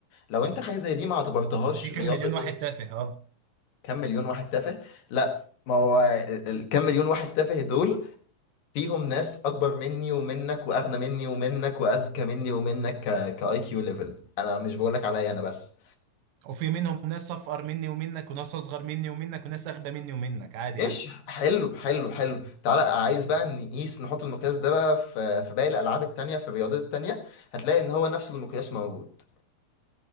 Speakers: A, on the left; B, on the right.
A: لو انت حاجه زي دي ما اعتبرتهاش
B: في كام
A: رياضه
B: مليون
A: زي
B: واحد تافه اه
A: كام مليون واحد تافه لا ما هو ال- ال- كام مليون واحد تافه دول فيهم ناس اكبر مني ومنك واغنى مني ومنك واذكى مني ومنك كاي كيو ليفل انا مش بقولك عليا انا بس
B: وفي منهم ناس أفقر مني ومنك وناس أصغر مني ومنك وناس أغبى مني ومنك عادي
A: ايش
B: يعني
A: حلو حلو حلو تعالى عايز بقى نقيس نحط المقياس ده بقى في في باقي الالعاب التانية في الرياضات التانية هتلاقي ان هو نفس المقياس موجود